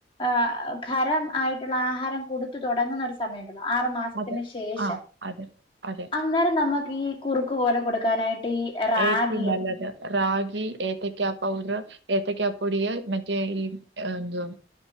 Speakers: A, on the left; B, on the right.
A: ഏഹ് ഖരം ആയിട്ടുള്ള ആഹാരം കൊടുത്ത് തുടങ്ങുന്നൊരു സ സമയണ്ടല്ലോ ആറ്മാസത്തിന്
B: അതെ
A: ശേഷം
B: ആ അതെ അതെ
A: അന്നേരം നമ്മക്കീ കുറുക്ക് പോലെ കൊടുക്കാനായിട്ട് ഈ റാഗിയും
B: ഏറ്റവും നല്ലത് റാഗി, ഏത്തക്ക പൗഡർ, ഏത്തക്ക പൊടിയിൽ മ റ്റെ ഈ എന്ത്വാ